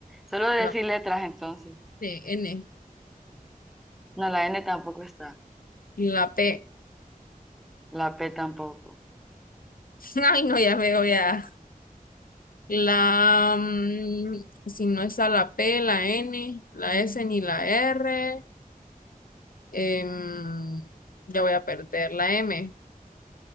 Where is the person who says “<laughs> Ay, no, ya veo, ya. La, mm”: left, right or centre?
Left